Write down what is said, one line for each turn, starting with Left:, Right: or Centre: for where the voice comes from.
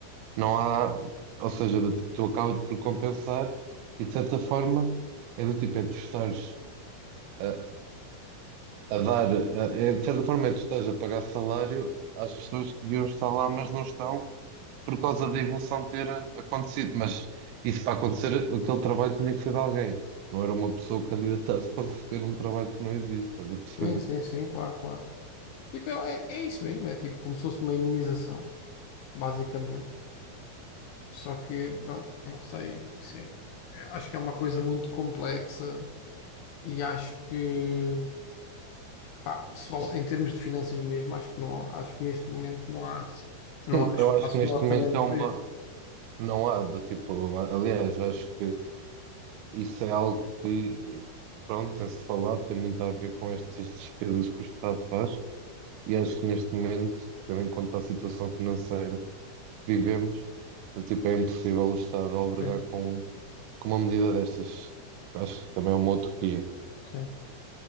Right: Não há, ou seja, do tipo, tu acabas por compensar e de certa forma é do tipo, é tu estares a, a dar, a- é, de certa forma é tu estás a pagar salário às pessoas que deviam estar lá, mas não estão por causa da evolução ter acontecido. Mas isso para acontecer, aquele trabalho tinha que ser de alguém, não era uma pessoa candidata-se para receber um trabalho que não existe, estás a perceber?
Left: Sim, sim, sim, claro, claro. Tipo, é, é é isso mesmo, é tipo como se fosse uma imunização, basicamente. Só que, pronto, não sei, isso é, é- acho que é uma coisa muito complexa e acho que, pá, pessoal, em termos de finanças mesmo, acho que não há, acho que neste momento não há, não
Right: Sim,
Left: há espaço
Right: eu acho que neste
Left: no orçamento
Right: momento é
Left: para
Right: uma.
Left: isso.
Right: Não há, do tipo, aliás, acho que. Isso é algo que, pronto, tem-se falado, tem muito a ver com estas despesas que o Estado faz, e acho que neste momento, tendo em conta a situação financeira que vivemos, do tipo, é impossível o Estado albergar
Left: Sim,
Right: com, com uma medida destas. Acho que também é uma utopia.
Left: sim.